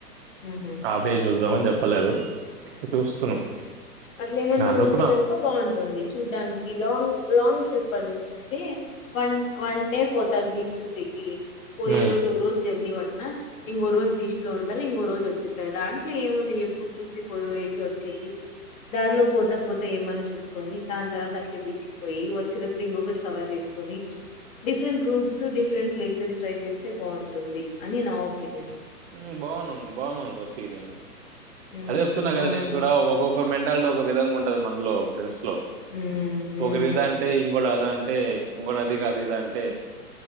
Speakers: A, on the left; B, on the right.
A: మ్మ్
B: ఆఫే చూద్దామని చెప్పలేదు చూస్తున్నాం.
A: అట్లా ఏమన్నా
B: ఇంకా అనుకున్నాం.
A: ఉంటే గనుక బాగుంటుంది చూడ్డానికి లాంగ్ లాంగ్ ట్రిప్ అంటే వన్ వన్ డే పోతారు బీచ్ చూసేకి పోయ
B: హ్మ్.
A: రోజ ఒకరోోజ జెల్నీ పట్ అయినా ఇంగో రోజు బీచ్ లో ఉంటారు ఇంగో రోజు వచ్చెత్తరు దాంట్లో ఏముంది ఎప్పుడు చూసి పోయేకి వచ్ వచ్చ దారిలో పోత పోత ఏమన్నా చూసుకొని దాని తర్వాత అట్లే బీచ్కి పోయి వచ్చేటప్పుడు ఇంకొకటి కవర్ చేసుకొని different routes different places try చేస్తే బాగుంటుంది అని నా ఒపీనియన్
B: మ్మ్ బాగునుంది బానుంది ఒపీనియన్
A: ఉమ్,
B: అదే చెప్తున్నా
A: బాగుంటుంది
B: కదా నేను కూడా ఒక్కొక్కరు మెంట్ ళ్ళు ఒక విధంగా ఉంటది మనలో ె లో
A: ఉమ్, ఉమ్.
B: ఒకరిదా అంటే ఇంకో అదా అంటే అంటే ఇంక అది కాదు ఇద అంటే